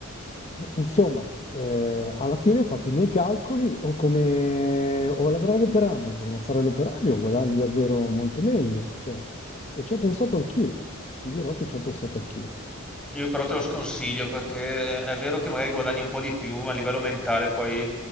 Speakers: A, on the left (about 30°); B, in the centre.
A: Beh, Insomma, eh, alla fine ho fatto i miei calcoli o come o a lavorare per Amazon o fare l'operaio, guadagni davvero molto meglio. Cioè, e ci ho pensato anch'io. Ti dirò che ci ho pensato anch'io.
B: Io però te lo sconsiglio perché è vero che magari guadagni un po' di più, ma a livello mentale poi,